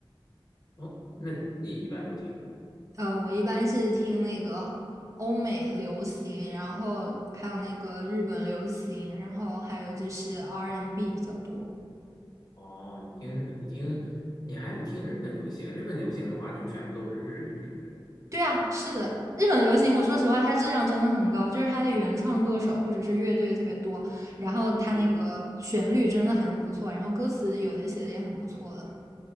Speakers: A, on the left (about 45°); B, on the right (about 35°).
A: 哦，那你一般都听什么？
B: 呃，我一般是听那个欧美流行，然后还有那个日本流行，然后还有就是 R&B n 比较多。
A: 哦，你听日，你听，你还有听日本流行。日本流行的话，就全部都是日语，是不是？
B: 对啊，是的，日本流行，我说实话，它质量真的很高，就是它的原创歌手或者是乐队特别多，然后它那个旋律真的很不错，
A: 对，
B: 然后歌词有的写的也很不错的